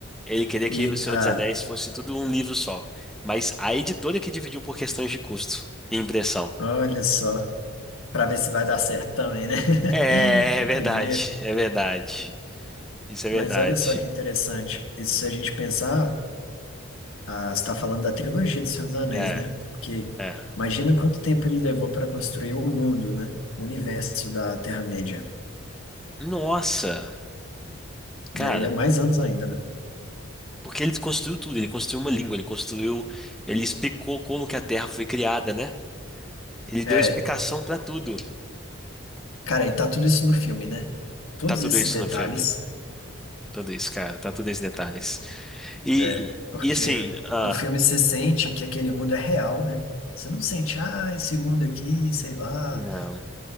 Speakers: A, in the centre; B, on the left.
A: Ele queria que
B: E,
A: O Senhor
B: ah,
A: dos Anéis fosse tudo um livro só. Mas a editora que dividiu por questões de custo e impressão.
B: olha só, pra ver se vai dar certo também, né?
A: É,
B: <laughs> O
A: é verdade,
B: primeiro.
A: é verdade. Isso é
B: Mas
A: verdade.
B: olha só que interessante. Isso se a gente pensar, ah, você está falando da trilogia do Senhor dos Anéis,
A: É,
B: né? Porque
A: é.
B: imagina quanto tempo ele levou para construir o mundo, né? O universo da Terra-média.
A: Nossa, cara.
B: E aí é mais anos ainda, né?
A: Porque ele construiu tudo, ele construiu uma língua, ele construiu, ele explicou como que a Terra foi criada, né? Ele
B: É,
A: deu explicação pra tudo.
B: cara, e tá tudo isso no filme, né? Todos
A: Tá tudo
B: esses
A: isso
B: detalhes,
A: no filme, tudo isso, cara, tá tudo esses detalhes. E,
B: é, porque
A: e, e assim, ah,
B: no filme você sente que aquele mundo é real, né? Você não sente, ah, esse mundo aqui, sei lá.
A: não,